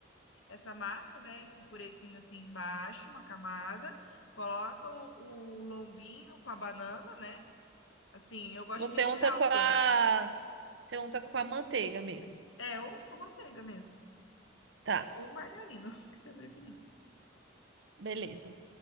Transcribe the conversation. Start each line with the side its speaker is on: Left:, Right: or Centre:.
Left: essa massa, né? Esse purezinho assim embaixo, uma camada. Coloca o, o lombinho com a banana, né? Assim, eu gosto
Right: Você
Left: de misturar
Right: unta com
Left: os
Right: a,
Left: dois.
Right: você unta com a manteiga mesmo.
Left: É, ou com manteiga mesmo.
Right: Tá,
Left: Ou margarina, <laughs> o que você preferir.
Right: beleza.